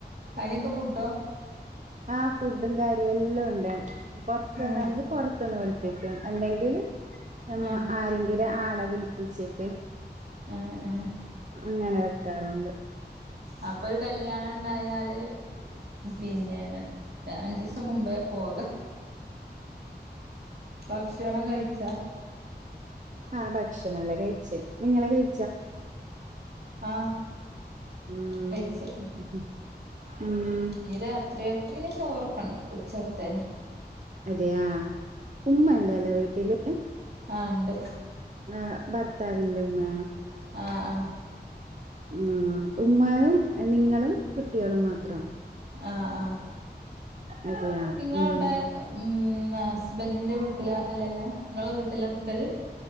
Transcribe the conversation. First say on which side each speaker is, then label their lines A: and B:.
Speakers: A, on the right; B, on the right.
A: അയ്നൊക്കെ ഫുഡോ
B: ആ ഫുഡും കാര്യും എല്ലാംണ്ട് പൊറത്ത്ന്നാ
A: ഏഹ്
B: പൊർ ത്ന്ന് വിളിപ്പിക്കും അല്ലെങ്കിൽ നമ്മ
A: ഏഹ്
B: ആരെങ്കിലും ആളെ വിളിപ്പിച്ചിട്ട്
A: ആഹ് ആഹ്
B: അങ്ങനെ വെക്കാറുണ്ട്
A: അപ്പൊരു കല്യാണം ണ്ടായാല് പിന്നെ അൻച്ചീസം മുമ്പേ പോകാ ഭക്ഷണം കഴിച്ചാ
B: ആ ഭക്ഷണല്ലാം കഴിച്ച് നിങ്ങള് കഴി
A: ആഹ്
B: ഉം
A: കഴിച്ച്
B: ഉം
A: ഇ രാത്രിയക്കെള്ളെ ചോറൊക്കെ ഉണ്ട് ഉച്ചത്തന്നെ
B: അതെയ ഉമ്മണ്ടല്ലോ വീട്ടില്
A: ആ ഹ് ണ്ട്
B: ആ ഭർത്താവിന്റെ ഉമ്മയാ
A: ആഹ് ആഹ്
B: ഉം ഉമ്മായും നിങ്ങളും കുട്ടികളും മാത്ര
A: ആ ഹ് ആ ഹ്
B: അതെയാ
A: നിങ്ങളവടെ
B: ഉം
A: ഉം ഹസ്ബൻഡിൻ്ന്റെ വീട്ടില അല്ലല്ലോ നിങ്ങളെ വീട്ടിലാ നിക്കല്